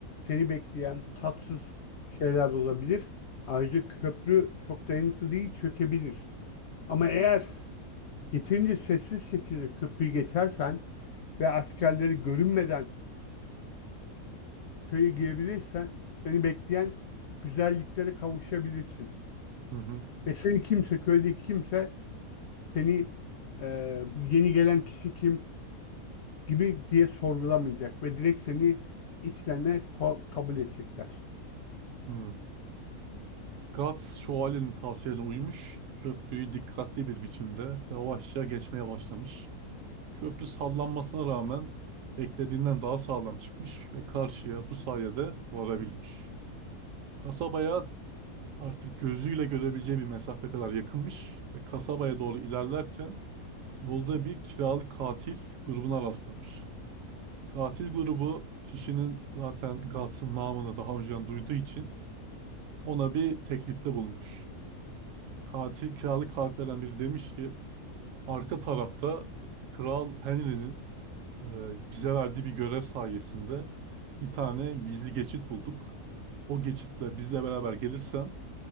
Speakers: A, on the left; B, on the right.
A: seni bekleyen tatsız şeyler de olabilir. Ayrıca köprü çok dayanıklı değil çökebilir. Ama
B: hı
A: eğer yeterince sessiz şekilde köprüyü geçersen ve askerleri görünmeden köye girebilirsen seni bekleyen güzelliklere kavuşabilirsin.
B: hı,
A: Ve seni kimse, köydeki kimse seni e, bu yeni gelen kişi kim gibi diye sorgulamayacak ve direkt seni içlerine ko- kabul edecekler.
B: hı hı. Guts şövalyenin tavsiyelerine uymuş, köprüyü dikkatli bir biçimde yavaşça geçmeye başlamış. Köprü sallanmasına rağmen beklediğinden daha sağlam çıkmış ve karşıya bu sayede varabilmiş. Kasabaya artık gözüyle görebileceği bir mesafe kadar yakınmış ve kasabaya doğru ilerlerken yolda bir kiralık katil grubuna rastlamış. Katil grubu kişinin zaten Guts'ın namını daha önceden duyduğu için ona bir teklifte bulunmuş. Katil, kiralık katillerden biri demiş ki arka tarafta Kral Henry'nin e, bize verdiği bir görev sayesinde bir tane gizli geçit bulduk. O geçitle bizle beraber gelirsen